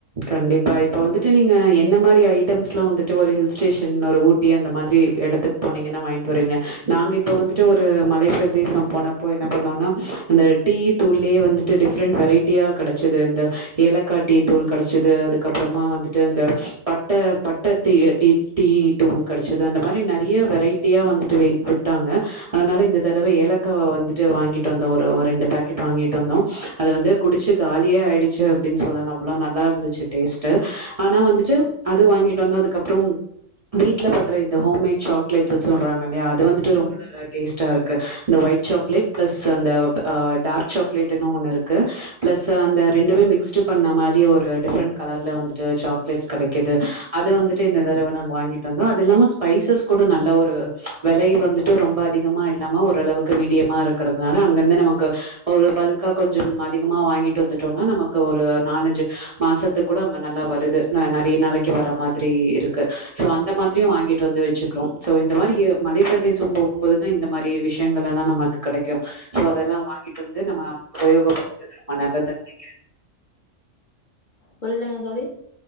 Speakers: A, on the right; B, on the left.
A: கண்டிப்பா இப்ப வந்துட்டு நீங்க என்ன மாரி ஐட்டம்ஸ் எல்லா வந்துட்டு ஒரு ஹில் ஸ்டேஷன் ஒரு ஊட்டி அந்த மாதிரி இடத்துக்கு போனீங்கன்னா வாங்ட்டு வருவீங்க நாங்க இப்ப வந்துட்டு ஒரு மலைப்ப பிரதேசம் போனப்போ என்ன பண்ணோன்னா அந்த டீ தூள்லே வந்துட்டு டிஃப்ரெண்ட் வெரைட்டியா கெடச்சிது இந்த ஏலக்கா டீ தூள் கடச்சது அதுக்கப்புறமா வந்துட்டு அந்த பட்ட பட்ட தியே டீ டீ தூள் கெடச்சது அந்த மாரி நெறைய வெரைட்டியா வந்துட்டு வி வித்தாங்க அதனால இந்த தரவ ஏலக்கா வந்துட்டு வாங்கிட்டு வந்தோ ஒரு ஒரு ரெண்டு பேக்கெட் வாங்கிட்டு வந்தோம் அது வந்து குடிச்சி காலியே ஆயிடுச்சி அப்பிடின்னு சொல்லலா அவ்ளோ நல்லா இருந்துச்சி டேஸ்ட் ஆனா வந்துட்டு அது வாங்கிட்டு வந்தோ அதுக்கப்புறம் வீட்டுல படுற இந்த ஹோம்மேட் சாக்லேட்ஸ் சொல்றாங்க இல்லயா இது வந்துட்டு ரொம்ப
B: ம்
A: நல்ல டேஸ்டா இருக் க்க அந்த ஒயிட் சாக்லேட் பிளஸ் அந்த அ டார்க் சாக்லேட்னு ஒண்ணு இருக்கு பிளஸ் அந்த ரெண்டுமே மிக்ஸ்ட் பண்ண மா ரியே ஒரு டிஃரண்ட கலர்ல வந்து சாக்லேட்ஸ் கெடைக்குது அது வந்துட்டு இந்த தரவ நா வாங்கிட்டு வந்தோ அது இல்லாம ஸ்பைசஸ் கூட நல்ல ஒரு விலை வந்துட்டு ரொம்ப அதிகமா இல்லாம ஒருரளவுக்கு மீடியமா இருக்கிறதுனால அங்கிருந்து நமக்கு ஒரு பல்க்கா கொஞ்சம் அதிகமா வாங்கிட்டு வந்துட்டோன்னா நமக்கு ஒரு நாலஞ்சி மாசத்து கூட நம்ம நல்லா வருது ந நெறைய நாளைக்கு வர மாதிரி இருக்கு சோ அந்த மாதிரியு வாங்கிட்டு வந்து வச்சுக்கிறோ சோ இந்த மாரி ஹி மலைப் பிரதேச போகும்போதுதா இந்த மாரி விஷயங்கள் எல்லா நமக்கு கிடைக்கு சோ அதெல்லா வாங்கிட்டு வந்து நம்ம உபயோகப்படுத்துறது நம்ம நல்லது நெனைக்கிறே
B: புரியலங்க தோழி